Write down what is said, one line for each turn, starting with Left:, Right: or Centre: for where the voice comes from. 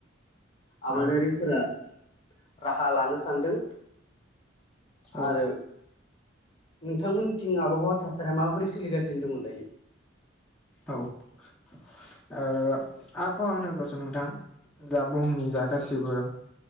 Left: आबादारिफोरा
Centre: औ
Left: राहा लानो सानदों।
Centre: औ
Left: आरो नोंथांमोननिथिं आबहावा थासारिया माबोरै सोलिगासिनो दङ दायो?
Centre: औ ओ आबहावा होनोब्लाथ' नोंथां जा बुहुमनि जा गासिबो